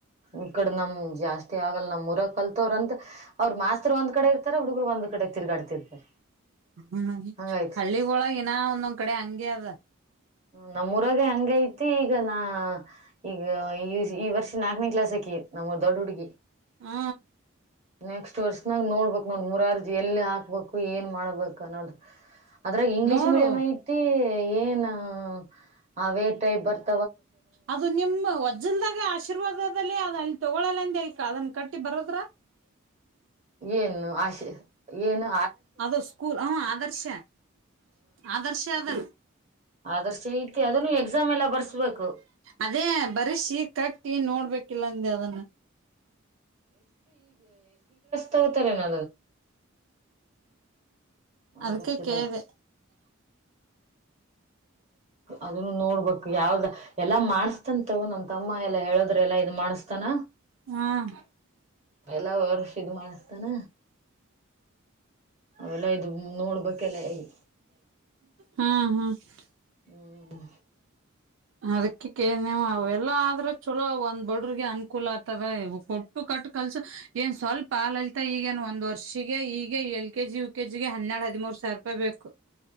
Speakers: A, on the right (about 30°); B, on the right (about 65°).
A: ಈ ಕಡೆ ನಮ್ ಜಾಸ್ತಿ ಆಗಲ್ ನಮ್ ಊರ ಕಲ್ತವ್ರ ಅಂತ ಅವ್ರರು ಮಾಸ್ತರ್ ಒಂದ್ ಕಡೆ ಇರ್ತಾರ ಹುಡ್ಗರು ಒಂದ್ ಕಡೆ ತಿರ್ಗಾಡ್ತಿರ್ತಾರ
B: ಹ್ಮ್
A: ಹಂಗೈತಿ
B: ಹಳ್ಳಿಗ ಒಳಗನಾ ಒಂದೊಂದ್ ಕಡೆ ಹಂಗಗೆ ಅದ
A: ನಮಮ್ಮೂರಾಗ ಹಂಗ ಐತಿ ಈಗ ನಾ ಈಗ ಈ ಈ ವರ್ಷ ನಾಕನೇ ಕ್ಲಾಸ್ಕಿ ನಮ್ಮ ದೊಡ್ಡ ಹುಡುಗಿ
B: ಹಾ
A: ನೆಕ್ಸ್ಟ್ ವರ್ಸನಾಗ ನೋಡ್ಬಕ್ ನೋಡ ಮುರಾರ್ಜಿ ಎಲ್ಲಿ ಹಾಕ್ಬೇಕು ಏನ್ ಮಾಡಬೇಕು ಅನೋದು ಅದ್ರಾಗೆ ಇಂಗ್ಲೀಷ್
B: ನೋಡು
A: ಮೀಡಿಯಂ ಐತಿ ಏಯ್ ಏನು ಹ್ಮ ಅವೇತ ಬರ್ತ
B: ಅದು ನಿಮ್ ವಜ್ಜಲ್ದಾಗ ಆಶೀ ಆಶೀರ್ವಾದದಲ್ಲಿ ಅದ ಅಲ್ಲಿ ತಗೊಳ್ಳಲ್ಲಂದ ಅದನ್ನ ಕಟ್ಟಿ ಬರೋದ್ರ
A: ಏನು ಆಶೆ ಏನೋ
B: ಅದ ಸ್ಕೂಲ್ ಹ ಆದರ್ಶ ಆದರ್ಶ ಅದನ್ನು
A: ಆದರ್ಶ ಐತಿ ಅದನ್ನು ಎಕ್ಸಾಮ್ ಎಲ್ಲ ಬರ್ಸ್ಬೇಕು
B: ಅದೇ ಬರ್ಸಿ ಕಟ್ಟಿ ನೋಡ್ಬೇಕಿಲ್ಲಂದ ಅದನ್ನು
A: ತಗೋತಾರೆ ನ
B: ಅದಕ್ಕೆ
A: ಆದರ್ಶದಾಗ
B: ಕೇಳಿದೆ
A: ಅದನ್ನು ನೋಡ್ಬೇಕು ಯಾವ್ದ ಎಲ್ಲಾ ಮಾಡಸ್ತನ್ ತಗೋ ನಮ್ ತಮ್ಮ ಎಲ್ಲಾ ಹೇಳದ್ರ ಎಲ್ಲಾ ಇದ ಮಾಡಸ್ತಾನ
B: ಹ್ಮ್
A: ಎಲ್ಲ ವರ್ಷ ಇದ ಮಾಡಸ್ತಾನ ಅವೆಲ್ಲ ಇದು ನೋಡ್ಬೇಕೆಲ್ಲ ಹಗಿ
B: ಹಾ ಹಾ ತುಚ್ಛ <unintelligible>
A: ಹ್ಮ್
B: ಅದಕ್ಕೆ ಕೇಳ ನೀವು ಎಲ್ಲ ಆದ್ರೆ ಚಲೋ ಒಂದ್ ಬಡ್ರಿಗೆ ಅನುಕೂಲ ಆಗ್ತವ ಇ ಕೊ ಕಟ್ಟ ಕಲ್ಸು ಏನ್ ಸ್ವಲ್ಪ ಪಾಾಲಲಿತಾ ಈಗೇನು ಒಂದು ವರ್ಷಿಗೆ ಈಗೆ L K G U K ಜಿಗೆ ಹನ್ನೆರಡು ಹದಿಮೂರು ಸಾವಿರ ರೂಪಾಯಿ ಬೇಕು